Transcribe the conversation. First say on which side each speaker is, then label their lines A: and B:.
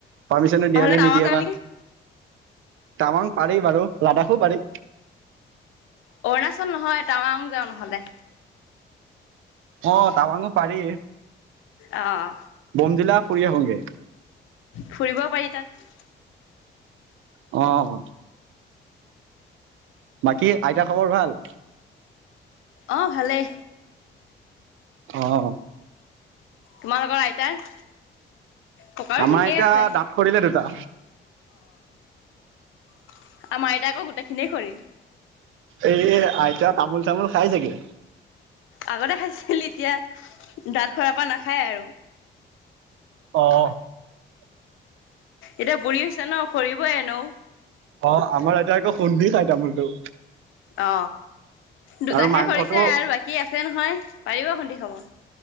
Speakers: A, on the right (about 80°); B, on the left (about 85°).
A: পাৰ্মিচনো
B: নহ'লে
A: দিয়া নে
B: টাৱাং
A: নিদিয়ে
B: যাওঁ
A: বা
B: নেকি?
A: তামাং পাৰি বাৰু লাডাখো পাৰি।
B: অৰুণাচল নহয় টাৱাং যাওঁ নহলে
A: অ টাবাং পাৰি
B: অহ।
A: বমদিলা ফুৰি আহোগে
B: ফুৰিবও পাৰি তাত।
A: <unintelligible> অহ বাকী আইতা খবৰ ভাল।
B: অ ভালেই।
A: অহ।
B: তোমালোকৰ আইতাৰ। ককাৰো
A: আমাৰ
B: ঠিকেই
A: এতিয়া
B: আছে
A: দাঁত শৰিলে দুটা।
B: আৰু আইতাকৰ আকৌ গোটেই খিনিয়ে সৰিল।
A: এই আইতা তামোল চামোল খাই ঠাকে
B: আগতে খাইছিল এতিয়া দাঁত সৰা পৰা নাখায় আৰু।
A: অহ।
B: এতিয়া বুঢ়ী হৈছে ন সৰিব এনো।
A: অ আমাৰ এয়া একৌ সুন্দি চাই তামোলটো।
B: অ দুটাহে
A: আৰু মাংসটো
B: সৰিছে আৰু বাকী আছে নহয় পাৰিব খুন্দি খাৱ।